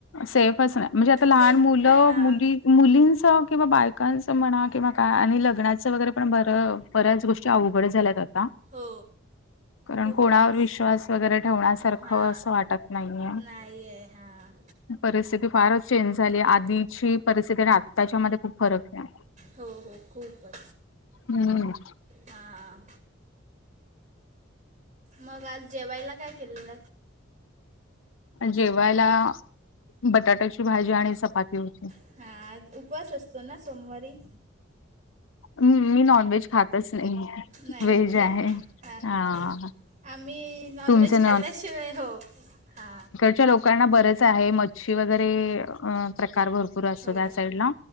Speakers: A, on the left; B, on the right.
A: सेफच नाही म्हणजे, आता लहान
B: सेफ
A: मुलं
B: नाही हां
A: मुली. मुलींच किंवा बायकांचं म्हणा किंवा काय आणि लग्नाचं वगैरे पण बरं. बऱ्याच गोष्टी अवघड झाल्यात आता
B: हो.
A: कारण
B: खूपचं,
A: कोणावर विश्वास वगैरे ठेवण्यासारखं
B: हा
A: असं वाटत नाहीये.
B: नाहीये हां.
A: परिस्थिती फारच चेंज झाली आधी ची परिस्थिती आत्ताच्या मध्ये, खूप फरक आहे.
B: हो हो, खूप.
A: हम्म.
B: हां, मग आज जेवायला काय केलेलात.
A: जेवायला बटाट्याची भाजी आणि चपाती होती.
B: हां, आज उपवास असतो ना सोमवारी.
A: मी नॉन व्हेज खातच नाही.
B: नाही
A: व्हेज
B: खात काय
A: आहे
B: हां हां
A: हा,
B: हां आम्ही नॉनव्हेज
A: तुमचं
B: खाल्ल्याशिवाय हो, हा.
A: त्या‌ लोकांना बरेच आहे. मच्छी वगैरे प्रकार भरपूर असत
B: हो
A: त्या साईडला.